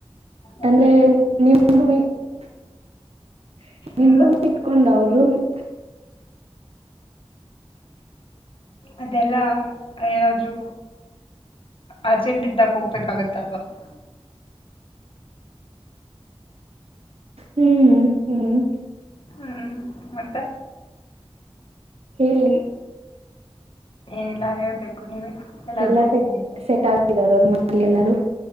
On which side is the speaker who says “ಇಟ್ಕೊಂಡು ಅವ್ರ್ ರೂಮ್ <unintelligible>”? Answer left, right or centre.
Right